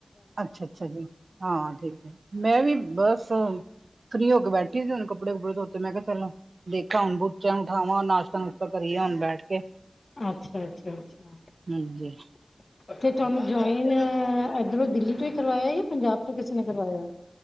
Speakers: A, on the right (about 80°); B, on the left (about 60°).
A: ਅੱਛਾ, ਅੱਛਾ ਜੀ ਹਾਂ ਠੀਕ ਐ ਮੈਂ ਵੀ ਬਸ ਫ੍ਰੀ ਹੋ ਕੇ ਬੈਠੀ ਸੀ ਹੁਣ ਕੱਪੜੇ ਕੁਪੜੇ ਧੋਤੇ ਮੈਂ ਕਿਹਾ ਚਲਾਂ ਦੇਖਾਂ ਹੁਣ ਬੁਚਾ ਨੂੰ ਬਠਾਵਾਂ ਨਾਸ਼ਤਾ ਨੁਸ਼ਤਾ ਕਰੀਏ ਹੁਣ ਬੈਠ ਕੇ।
B: ਅੱਛਾ, ਅੱਛਾ, ਅੱਛਾ
A: ਹਾਂਜੀ
B: ਤੇ ਤੂਹਾਨੂੰ ਜੋਆ ਈਨ ਐਧਰੋਂ ਦਿੱਲੀ ਚੋ ਈ ਕਰਵਾਇਆ ਜਾਂ ਪੰਜਾਬ ਤੋ ਕਿਸੀ ਨੇ ਕਰਵਾਇਆ